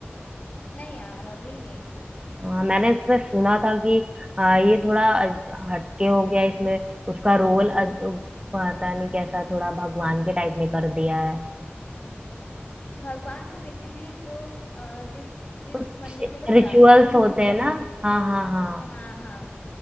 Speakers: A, on the left (about 30°); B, on the right (about 25°).
A: नहीं यार अभी नहीं
B: हाँ, मैंने इसमें सुना था कि आ, ये थोड़ा अज- हटके हो गया इसमें उसका रोल अज- पता नहीं कैसा थोड़ा भगवान के टाइप में कर दिया है
A: भगवान वो बेसिकली जो अ, जिस जिस
B: कुछ
A: मंदिर में लोग
B: रिचुअल्स
A: जाते हैं ना
B: होते
A: पूजा
B: हैं
A: के
B: ना
A: लिए
B: हाँ हाँ हाँ
A: हाँ हाँ